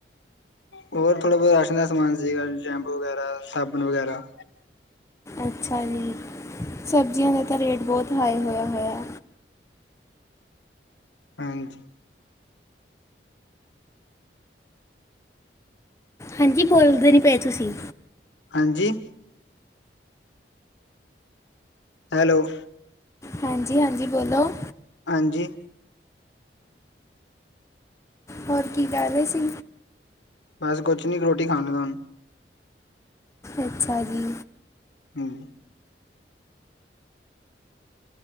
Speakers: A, on the left; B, on the left.
A: ਹੋਰ ਥੋੜਾ ਬੋਤਾ ਰਾਸ਼ਨ ਦਾ ਸਮਾਨ ਸੀਗਾ, ਸ਼ੈਂਪੂ ਵਗੈਰਾ, ਸਾਬਣ ਵਗੈਰਾ।
B: ਅੱਛਾ ਜੀ, ਸਬਜ਼ੀਆਂ ਦਾ ਤਾਂ ਰੇਟ ਬਹੁਤ ਹਾਈ ਹੋਇਆ ਹੋਇਆ।
A: ਹਾਂਜੀ।
B: ਹਾਂਜੀ ਬੋਲਦੇ ਨ੍ਹੀਂ ਪਏ ਤੁਸੀਂ।
A: ਹਾਂਜੀ। ਹੈਲੋ।
B: ਹਾਂਜੀ ਹਾਂਜੀ, ਬੋਲੋ।
A: ਹਾਂਜੀ।
B: ਹੋਰ ਕੀ ਕਰ ਰੇ ਸੀ?
A: ਬਸ ਕੁਛ ਨੀ ਰੋਟੀ ਖਾਣ ਦਾ ਹੁਣ।
B: ਅੱਛਾ ਜੀ।
A: ਹਂ।